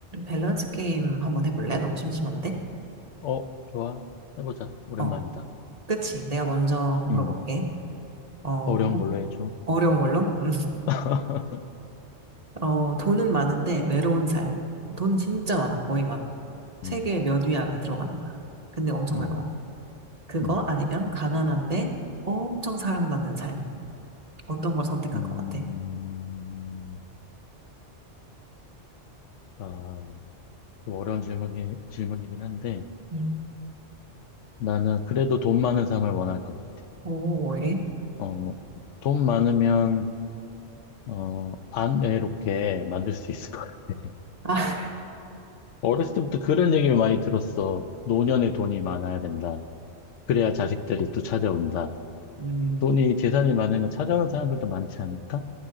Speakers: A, on the right; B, on the left.
A: 밸런스 게임 한번 해볼래? 너무 심심한데?
B: 어, 좋아. 해보자. 오랜만이다.
A: 어, 그치. 내가 먼저 물어볼게.
B: 음,
A: 어,
B: 어려운
A: 도-
B: 걸로 해줘.
A: 어려운 걸로? <laughs>
B: <laughs>
A: 어, 돈은 많은데 외로운 삶. 돈은 진짜 많아. 거의 막 세계
B: 음,
A: 몇 위 안에 들어가는 거야. 근데 엄청
B: 음,
A: 외로워. 그거
B: 음,
A: 아니면 가난한데 엄청 사랑받는 삶. 어떤 걸 선택할
B: 음.
A: 것 같아?
B: 아, 좀 어려운 질문이, 질문이긴 한데,
A: 음.
B: 나는 그래도 돈 많은 삶을 원할 것 같아.
A: 오, 왜?
B: 어, 돈 많으면, 어, 안 외롭게 만들 수 있을 것 같아.
A: 아, <laughs>
B: 어렸을 때부터 그런 얘기를 많이 들었어. 노년에 돈이 많아야 된다. 그래야 자식들이 또 찾아온다.
A: 음,
B: 돈이, 재산이 많으면 찾아오는 사람들도 많지 않을까?